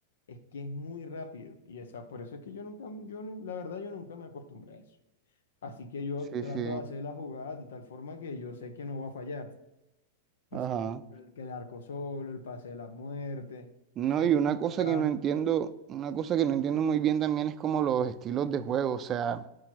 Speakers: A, on the left; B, on the right.
A: es que es muy rápido. Y esa, por eso es que yo nunca, yo, nu- la verdad, yo nunca me acostumbré a eso. Así que yo
B: Sí,
A: trato
B: sí.
A: de hacer las jugadas de tal forma que yo sé que no va a fallar. No
B: Ajá.
A: sé, como que el, que el arco solo, el pase de la muerte,
B: No,
A: el
B: y una
A: tiro
B: cosa
A: atrás.
B: que no entiendo, una cosa que no entiendo muy bien también es como los estilos de juego. O sea,